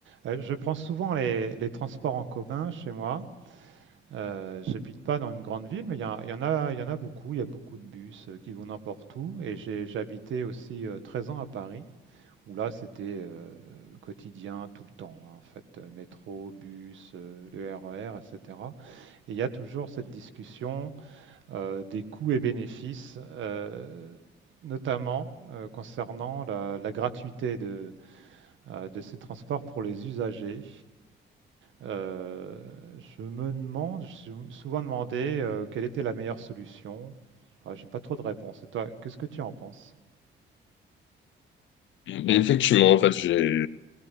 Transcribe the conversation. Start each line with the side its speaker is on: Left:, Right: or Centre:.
Right: Euh, Je prends souvent les, les transports en commun chez moi. Euh, j'habite pas dans une grande ville, mais il y, en il y en a, il y en a beaucoup. Il y a beaucoup de bus euh, qui vont n'importe où. Et j'ai j'ai habité aussi euh, 13 ans à Paris, où là c'était euh, quotidien tout le temps, hein, en fait, Euh, métro, bus, euh, le RER, etc. Et cetera. Et il y a toujours cette discussion euh, des coûts et bénéfices, euh, notamment euh, concernant la, la gratuité de, euh, de ces transports pour les usagers. Euh, je me demande, je me suis souvent demandé euh, quelle était la meilleure solution. Ah, j'ai pas trop de réponses. Et toi, qu'est-ce que tu en penses?
Left: Mais effectivement, en fait, j'ai